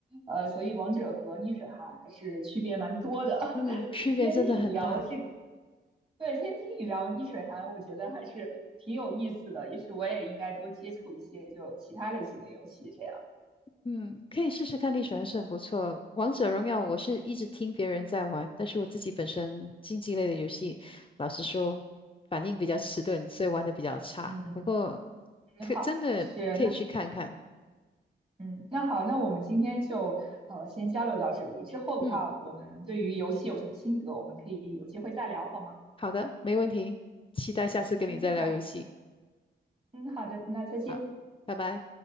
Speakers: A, on the right; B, on the left.
A: 呃，所以王者和逆水寒还是区别蛮多的。<laughs>
B: 嗯，区别真的很大。
A: 今天听你聊这，对，今天听你聊逆水寒，我觉得还是挺有意思的。也许我也应该多接触一些就其他类型的游戏，这样。
B: 嗯，可以试试看，历史还是很不错。王者荣耀我是一直听别人在玩，但是我自己本身竞技类的游戏，老实说反应比较迟钝，所以玩的比较差。
A: 嗯，
B: 不过
A: 你好，
B: 可真的可以去看看。
A: 是那。嗯，那好，那我们今天就呃先交流到这里。之后的话，
B: 嗯，
A: 我们对于游戏有什么心得，我们可以有机会再聊，好吗？
B: 好的，没问题，期待下次跟你再聊游戏。
A: 嗯，好，嗯，好的，那再见。
B: 好，拜拜。